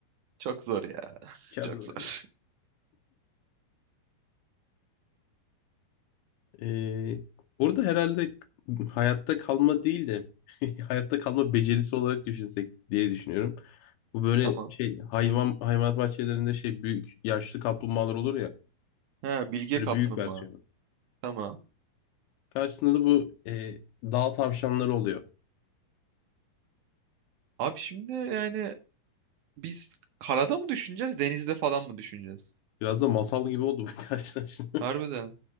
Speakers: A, on the right; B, on the left.
A: Çok zor ya,
B: Çok
A: çok
B: zor
A: zor.
B: ya. Ee, burada herhalde hayatta kalma değil de <laughs> hayatta kalma becerisi olarak düşünsek diye düşünüyorum.
A: <laughs>
B: Bu böyle
A: Tamam.
B: şey hayvan hayvanat bahçelerinde şey büyük yaşlı kaplumbağalar olur ya.
A: He, Bilge
B: Böyle
A: Kaplumbağa.
B: büyük versiyonu.
A: Tamam.
B: Karşısında da bu e, dağ tavşanları oluyor.
A: Abi şimdi yani biz karada mı düşüneceğiz, denizde falan mı düşüneceğiz?
B: Biraz da masal gibi oldu bu <laughs> karşılaşma.
A: Harbiden.